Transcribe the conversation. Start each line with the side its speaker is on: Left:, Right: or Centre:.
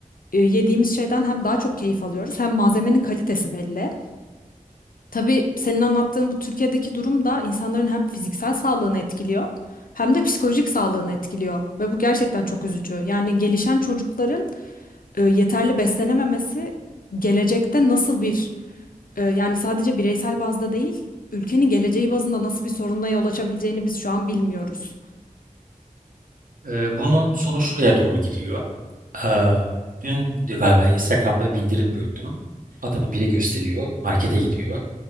Left: e, yediğimiz şeyden hem daha çok keyif alıyoruz hem malzemenin kalitesi belli. Tabii senin anlattığın bu Türkiye'deki durum da insanların hem fiziksel sağlığını etkiliyor hem de psikolojik sağlığını etkiliyor ve bu gerçekten çok üzücü. Yani gelişen çocukların e, yeterli beslenememesi gelecekte nasıl bir e, yani sadece bireysel bazda değil ülkenin geleceği bazında nasıl bir sorunla yol açabileceğini biz şu an bilmiyoruz.
Right: Ee, bunun sonu şuraya doğru gidiyor. Ee, dün galiba Instagram'da bildirim gördüm. Adamın biri gösteriyor, markete gidiyor.